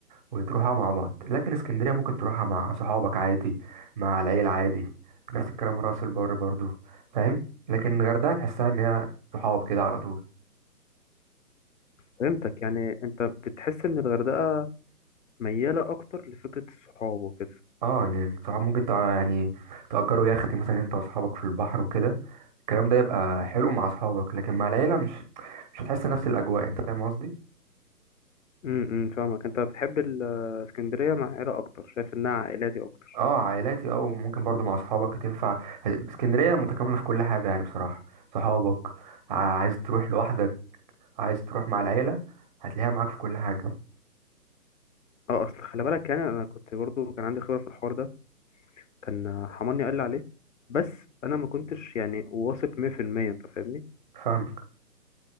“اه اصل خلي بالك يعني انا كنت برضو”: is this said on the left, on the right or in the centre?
Left